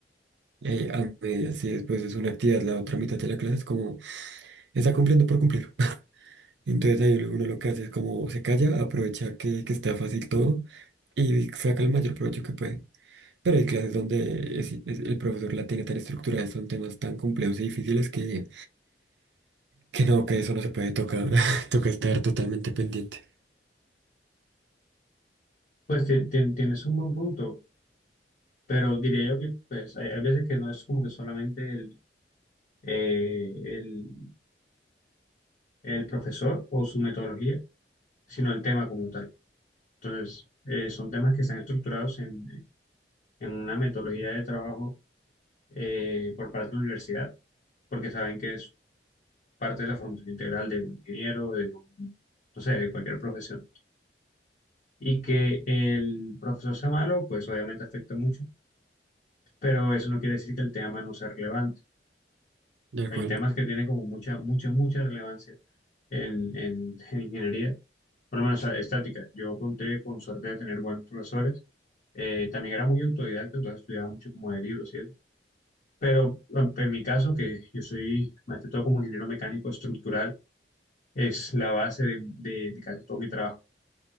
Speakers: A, on the right (about 70°); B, on the left (about 50°).
A: eh, a medias y después es una actividad, la otra mitad de la clase es como está cumpliendo por cumplir. Entonces ahí uno lo que hace es como se calla, aprovecha que, que está fácil todo y saca el mayor provecho que puede. Pero hay clases donde es- es- el profesor la tiene tan estructurada, son temas tan complejos y difíciles que, que no, que eso no se puede tocar, <laughs> toca estar totalmente pendiente.
B: Pues tien- tien- tienes un buen punto, pero diría yo que pues hay, hay veces que no es como que solamente el, eh, el, el profesor o su metodología, sino el tema como tal. Entonces, eh, son temas que están estructurados en, en una metodología de trabajo eh, por parte de la universidad, porque saben que es parte de la formación integral de un ingeniero, de un, no sé, de cualquier profesión. Y que el profesor sea malo, pues obviamente afecta mucho, pero eso no quiere decir que el tema no sea relevante.
A: De acuerdo.
B: Hay temas que tienen como mucha, mucha, mucha relevancia en, en, en ingeniería, por lo menos o sea, estática. Yo conté con suerte de tener buenos profesores. Eh, también era muy autodidacta, entonces estudiaba mucho como de libros, ¿cierto? Pero en en mi caso, que yo soy más que todo como ingeniero mecánico estructural, es la base de, de- de casi todo mi trabajo.